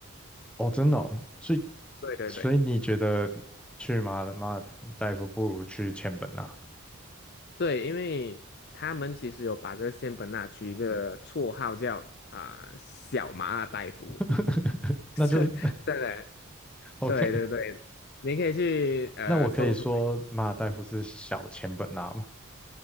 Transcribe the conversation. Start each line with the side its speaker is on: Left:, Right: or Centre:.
Centre: 哦，真的哦所以
Left: 对对对，
Centre: 所以你觉得去马马尔代夫不如去千本啊？
Left: 对，因为他们其实有把这个仙本那取一个绰号叫啊、小马尔代夫，
Centre: <laughs>
Left: <laughs> 是真的，
Centre: 那就是 <laughs> OK。
Left: 对对对，你可以去呃搜索。
Centre: 那我可以说马尔代夫是小钱本纳吗？